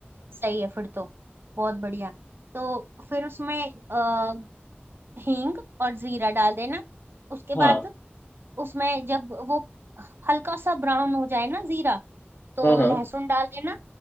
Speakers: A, on the right; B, on the left.
A: सही है फिर तो बहुत बढ़िया तो फिर उसमें अ, हींग और जीरा डाल देना उसके बाद
B: हाँ
A: उसमें जब वो हल्का सा ब्राउन हो जाए ना जीरा तो
B: हाँ हाँ
A: लहसुन डाल देना